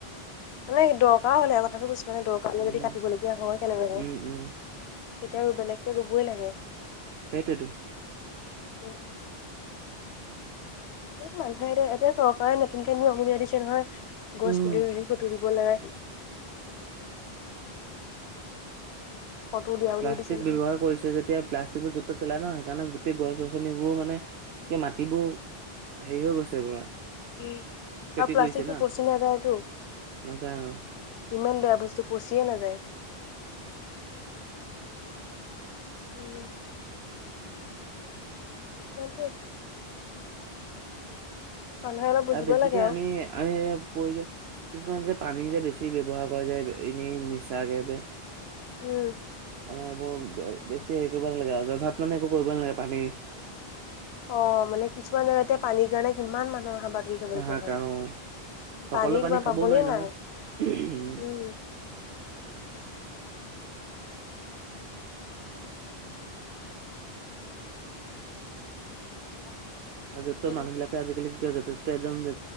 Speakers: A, on the left; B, on the right.
A: মানে দৰকাৰ হ'লেহে কথাটো কৈছোঁ। মানে দৰকাৰ
B: উম
A: যদি কাটিবলগীয়া হয় কেনেবাকে
B: উম
A: তেতিয়া
B: উম
A: আৰু বেলেগকে ৰুবই লাগে।
B: সেইটোৱেতো।
A: উম এই মানুহে এতিয়া এতিয়া চৰকাৰে নতুনকে নিয়ম উলীয়াই দিছে নহয়, গছ
B: উম
A: পুলি ৰুই ৰুই ফটো দিব লাগে। ফটো উলিয়াবলৈও
B: প্লাষ্টিক
A: দিছে নহয়
B: ব্যৱহাৰ কৰিছে যেতিয়া প্লাষ্টিকবোৰ য'ত ত'ত পেলাই ন' সেইকাৰণে গোটেই গছ গছনিবোৰো মানে কে মাটিবোৰ হেৰি হৈ গৈছে পুৰা।
A: উম
B: ক্ষতি
A: আৰু প্লাষ্টিকটো
B: কৰিছে না
A: পচি নাযায়টো।
B: নাযায় অ
A: ইমান বেয়া বস্তু পচিয়ে নাযায়। <unintelligible> <unintelligible> মানুহে অলপ বুজিব
B: আৰু বেছিকে
A: লাগে
B: আমি আমি প্ৰয়োজন কিছুমান যে পানী যে বেছি ব্যৱহাৰ কৰে যে এনেই মিছাকে যে।
A: উম।
B: মানে এইবোৰ বেছি হেৰি কৰিব নালাগে অযথাত মানে এইবোৰ কৰিব নালাগে পানী
A: অ' মানে কিছুমান জেগাতে পানীৰ কাৰণে কিমান মানুহৰ হাবাথুৰি খাবলগীয়া
B: হাহাকাৰ
A: হয়।
B: অ সকলো
A: পানী তোমাৰ
B: খাবও
A: পাবলৈ
B: নোৱাৰি
A: নাই।
B: নহয়
A: উম। <unintelligible> <unintelligible>
B: আৰু য'ত ত'ৰ
A: সেইটো
B: মানুহবিলাকে আজিকালি কি কৰে যতে তাতে একদম